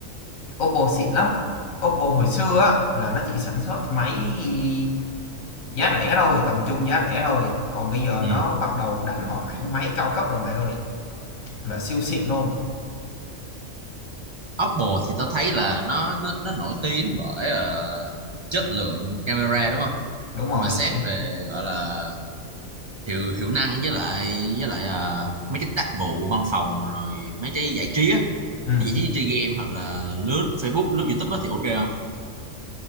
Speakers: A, on the left; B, on the right.
A: Oppo xịn lắm. Oppo hồi xưa á là nó chỉ sản xuất máy giá rẻ thôi, tầm trung giá rẻ thôi. Còn bây giờ
B: ừ
A: nó bắt đầu đánh vào mảng máy cao cấp rồi mày ơi, là siêu xịn luôn.
B: Oppo thì tao thấy là nó nó, nó nổi tiếng bởi ờ, chất lượng camera đúng không
A: Đúng rồi,
B: nhưng mà xét
A: chính xác.
B: về gọi là hiệu hiệu năng với lại với lại ờ, mấy cái tác vụ văn phòng rồi mấy cái giải trí á
A: Ừ,
B: cái giải trí chơi game hoặc là lướt Facebook lướt YouTube á thì ok không